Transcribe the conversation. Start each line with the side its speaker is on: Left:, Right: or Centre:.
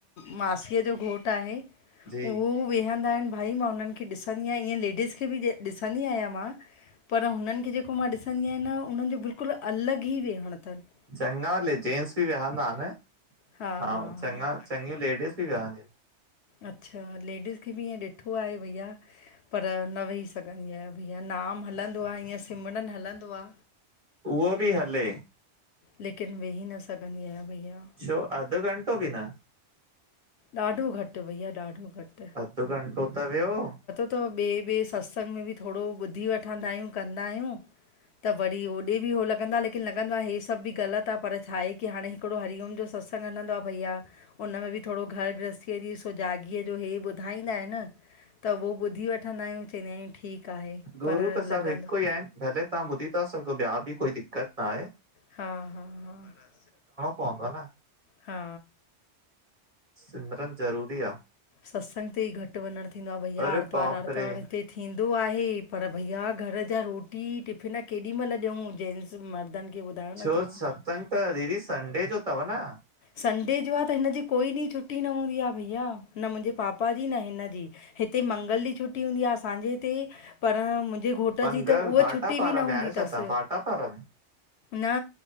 Left: मासीअ जो घोटु आहे
Right: जी
Left: उहो वेहंदा इनि भाई, मां उन्हनि खे ॾिसंदी आहियां ईअं लेडीस खे बि ॾिसंदी आहियां मां पर हुननि खे जेको मां ॾिसंदी आहियां न उन्हनि जो बिल्कुलु अलॻि ई वेहंण तनि।
Right: चङा ले जेंट्स बि विहंदा आनि,
Left: हा
Right: ऐं
Left: हा
Right: चङा
Left: हा
Right: चङियूं लेडीज़ बि विहंदियूं इनि
Left: अच्छा लेडीज़ खे बि ईअं ॾिठो आहे भईया पर न वेही सघंदी आहियां भईया, नाम हलंदो आ हींअं सिमरन हलंदो आ
Right: उहो बि हले।
Left: लेकिन वेही न सघंदी आहियां भईया।
Right: छो, अधु घंटो बि न?
Left: ॾाढो घटि भईया ॾाढो घटि।
Right: अधु घंटो त वेह्यो।
Left: त ॿिए- ॿिए सत्संग में बि थोड़ो ॿुधी वठंदा आहियूं कंदा आहियूं त वरी ओॾे बि हो लॻंदो आ, लेकिन लॻंदो आकि हे सभु बि ग़लति आ पर छाहे की हाणे हिकिड़ो हरिओम जो सत्स संग हलंदो आ भईया, उन में बि थोड़ो घर गृहस्थीअ जी सुजाॻीअ जो हे ॿुधाईंदा इनि त उहो ॿुधी वठंदा आहियूं चइंदा आहियूं ठीकु आहे।
Right: गुरू
Left: पर
Right: त सभु
Left: लॻंदो
Right: हिकु ई आहिनि, भले तहां ॿुधी ता सघो ॿिया बि कोई दिक्क़त ना हे।
Left: हा- हा -हा-
Right: पवंदो न
Left: हा।
Right: सिमरन ज़रूरी आ।
Left: सत्संग ते ई घटि वंञंणु थींदो आ भईया
Right: अरे
Left: आर्तवारु-
Right: बाप
Left: आर्तवार
Right: रे
Left: हिते थी थींदो आहे, पर भैया घर जा रोटी टिफ़िन केॾीमल ॾियंउं जेंट्स मर्दनि खे ॿुधायो
Right: छो,
Left: न तव्हां
Right: सत्संग त दीदी संडे जो तव न?
Left: संडे जो आ त हिनजी कोई ॾींहुं छुट्टी न हूंदी आ भईया, न मुंजे पापा जी न हिनजी। हिते मंगल ॾींह छुट्टी हूंदी आ असांजे हिते पर मुंजे घोट ट
Right: मंगल
Left: जी त उह
Right: भाटा
Left: छुट्टी
Right: पारा
Left: बि न
Right: में
Left: हुंदी
Right: आहियो छा
Left: तसि,
Right: तव्हां भाटा पारा में
Left: न